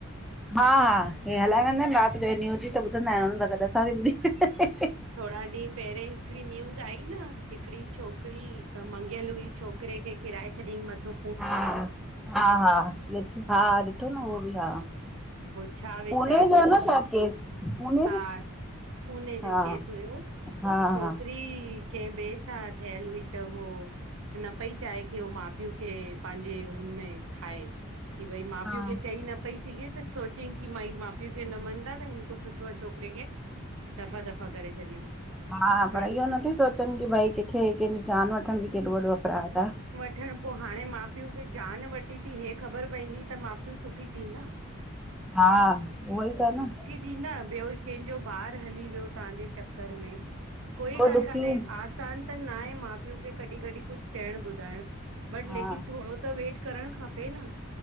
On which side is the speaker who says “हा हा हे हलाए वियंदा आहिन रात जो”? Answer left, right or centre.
Centre